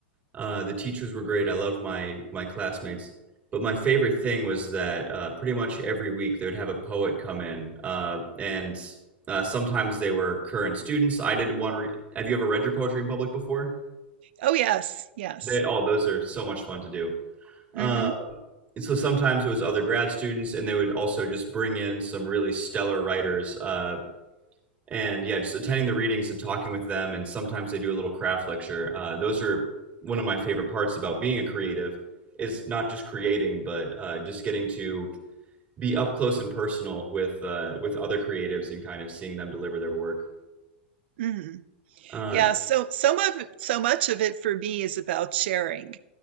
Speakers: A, on the right; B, on the right.
A: Uh, the teachers were great. I loved my my classmates. But my favorite thing was that uh, pretty much every week they would have a poet come in, uh, and uh, sometimes they were current students. I did one. Re have you ever read your poetry in public before?
B: Oh yes, yes.
A: They, oh, those are so much fun to do. Uh,
B: hmm
A: so sometimes it was other grad students, and they would also just bring in some really stellar writers. Uh, and yeah, just attending the readings and talking with them, and sometimes they do a little craft lecture. Uh, those are one of my favorite parts about being a creative is not just creating, but uh, just getting to be up close and personal with uh, with other creatives and kind of seeing them deliver their work.
B: hmm
A: Uh,
B: Yeah, so so much so much of it for me is about sharing.